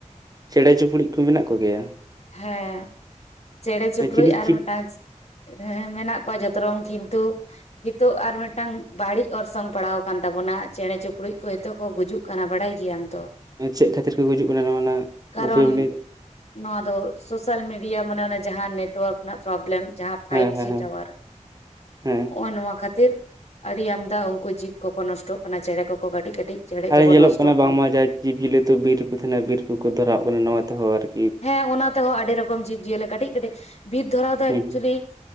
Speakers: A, on the right (about 30°); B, on the left (about 55°).
A: ᱪᱮᱬᱮ ᱪᱩᱯᱩᱲᱤᱡ ᱠᱚ ᱢᱮᱱᱟᱜ ᱠᱚᱜᱮᱭᱟ?
B: ᱦᱮᱸ, ᱪᱮᱬᱮ ᱪᱩᱯᱲᱩᱡ
A: ᱪᱤᱞᱤ
B: ᱟᱨ
A: ᱪᱤᱞᱤ
B: ᱢᱤᱫᱴᱟᱝ ᱦᱮᱸ, ᱢᱮᱱᱟᱜ ᱠᱚᱣᱟ ᱡᱚᱛᱚ ᱨᱚᱝ ᱠᱤᱱᱛᱩ ᱱᱤᱛᱚᱜ ᱟᱨ ᱢᱮᱫᱴᱟᱝ ᱵᱟᱹᱲᱤᱡ ᱚᱨᱥᱚᱝ ᱯᱟᱲᱟᱣ ᱠᱟᱱ ᱛᱟᱵᱚᱱᱟ, ᱪᱮᱬᱮ ᱪᱤᱯᱲᱩᱡ ᱠᱚ ᱦᱤᱛᱚᱜ ᱠᱚ ᱜᱩᱡᱩᱜ ᱠᱟᱱᱟ ᱵᱟᱲᱟᱭ ᱜᱮᱭᱟᱢ ᱛᱚ!
A: ᱪᱮᱜ ᱠᱷᱟᱹᱛᱤᱨ ᱠᱚ ᱜᱩᱡᱩᱜ ᱠᱟᱱᱟ ᱱᱚᱣᱟ ᱱᱟᱜ
B: ᱠᱟᱨᱚᱱ
A: ᱩᱯᱟᱹᱭᱮᱢ ᱞᱮ
B: ᱱᱚᱣᱟ ᱫᱚ ᱥᱳᱥᱟᱞ ᱢᱤᱰᱤᱭᱟ ᱢᱟᱱᱮ ᱚᱱᱟ ᱡᱟᱦᱟᱸ ᱱᱮᱴᱣᱟᱨᱠ ᱱᱟᱜ ᱯᱨᱚᱵᱞᱮᱢ ᱡᱟᱦᱟᱸ ᱯᱷᱟᱭᱤᱵ
A: ᱦᱮᱸ ᱦᱮᱸ
B: ᱡᱤ
A: ᱦᱮᱸ
B: ᱴᱟᱣᱟᱨ
A: ᱦᱮᱸ
B: ᱦᱚᱜ ᱱᱚᱣᱟ ᱠᱷᱟᱹᱛᱤᱨ ᱟᱹᱲᱤ ᱟᱢᱫᱟ ᱩᱝᱠᱩ ᱡᱤᱵ ᱠᱚᱠᱚ ᱱᱚᱥᱴᱚᱜ ᱠᱟᱱᱟ, ᱪᱮᱬᱮ ᱠᱚᱠᱚ ᱠᱟᱹᱴᱤᱡ ᱠᱟᱹᱴᱤᱡ ᱪᱮᱬᱮ
A: ᱟᱨ
B: ᱠᱚᱠᱚ
A: ᱧᱮᱞᱚᱜ
B: ᱱᱚᱥᱴᱚᱜ
A: ᱠᱟᱱᱟ ᱵᱟᱝᱢᱟ ᱡᱟᱦᱟᱸ ᱡᱤᱵᱽᱼᱡᱤᱭᱟᱹᱞᱤ ᱛᱚ ᱵᱤᱨ ᱨᱮᱠᱚ ᱛᱟᱦᱮᱱᱟ ᱵᱤᱨ ᱠᱚᱠᱚ ᱫᱷᱚᱨᱟᱣᱟᱜ ᱠᱟᱱᱟ ᱱᱚᱣᱟ ᱛᱮᱦᱚᱸ ᱟᱨ
B: ᱦᱮᱸ, ᱚᱱᱟ ᱛᱮᱦᱚᱸ ᱟᱹᱰᱤ ᱨᱚᱠᱚᱢ ᱡᱤᱵᱼᱡᱤᱭᱟᱹᱞᱤ ᱠᱟᱹᱴᱤᱡ ᱠᱟᱹᱴᱤᱡ, ᱵᱤᱨ ᱫᱷᱚᱨᱟᱣ ᱫᱚ
A: ᱦᱩᱸ
B: ᱮᱠᱪᱩᱭᱮᱞᱤ
A: ᱦᱩᱸ